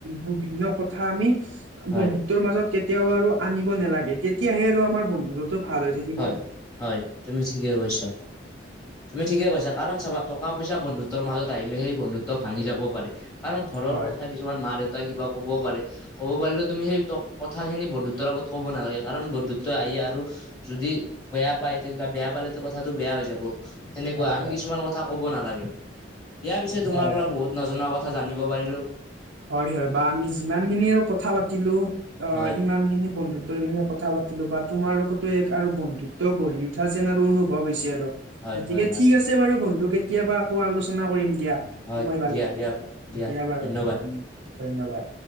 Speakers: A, on the right; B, on the left.
A: বিভিন্ন কথা আমি
B: হয়
A: বন্ধুতৰ মাজত কে তিয়াও আৰু আনিব নালাগে তেতিয়াহে আৰু আমাৰ বন্ধুত্বতো ভাল হৈ থা
B: হয় হয় তুমি ঠিকে কৈছা তুমি ঠিকে কৈছা কাৰণ চাবা টকা পইছা বন্ধুত্বৰ মাজত আহিলে সেই বন্ধুত্ব ভাঙি যাব পাৰে কাৰণ ঘৰৰ
A: হয়
B: কথা কিছুমান মা দেউতাই কিবা ক'বও পাৰে ক'ব পাৰিলেও তুমি সেই কথাখিনি বন্ধুত্বৰ আগত ক'ব নালাগে কাৰণ বন্ধুত্ব আহি আৰু যদি বেয়া পায় তেতিয়া বেয়া পালেতো কথাটো বেয়া হৈ যাব সেনেকোৱা
A: হয়
B: আমি
A: হয়
B: কিছুমান ক থা কব নালাগে দিয়া পিছে তোমাৰ
A: হয়
B: পৰা বহুত নজনা কথা জানিব পাৰিলো
A: হয় হয় বা আমি যিমানখিনিও কথা পাতিলো অ
B: হয়
A: সিমানখিনি বন্ধু ত্বৰ বিষয়ে কথা পাতিলো বা তোমাৰ লগতো এক আৰু বন্ধুত্ব গঢ়ি উঠা যেন আৰু অনুভৱ হৈছে আৰু।
B: হয়
A: গতিকে
B: হয় হয়
A: ঠিক আছে বাৰু বন্ধু কেতিয়াবা আকৌ আলোচনা কৰিম দিয়া।
B: হয়
A: সময় পালে
B: দিয়া দিয়া
A: দিয়া বাৰু
B: ধন্যবাদ
A: উম ধন্যবাদ।